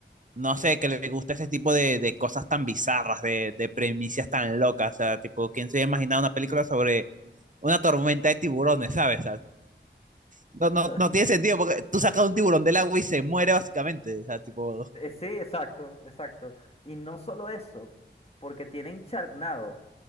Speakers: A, on the right; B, on the left.
A: no sé, que le gusta ese tipo de, de cosas tan bizarras, de, de premisas tan locas. O sea, tipo, ¿quién se imagina una película sobre una tormenta de tiburones, ¿sabes? O sea, no, no,
B: <laughs>
A: no tiene sentido, porque tú sacas un tiburón del agua y se muere básicamente. O sea, tipo...
B: Eh, Sí, exacto, exacto. Y no solo eso, porque tienen Sharknado,